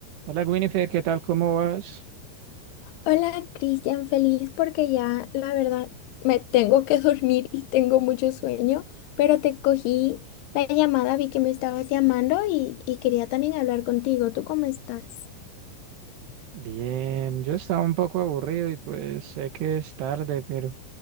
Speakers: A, on the right (about 75°); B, on the left (about 80°).
A: Hola Winifred, ¿qué tal? ¿Cómo vas?
B: Hola Cristian, feliz porque ya la verdad me tengo que <laughs> dormir y tengo mucho sueño, pero te cogí la llamada, vi que me estabas llamando y, y quería también hablar contigo. ¿Tú cómo estás?
A: Bien, yo estaba un poco aburrido y pues sé que es tarde, pero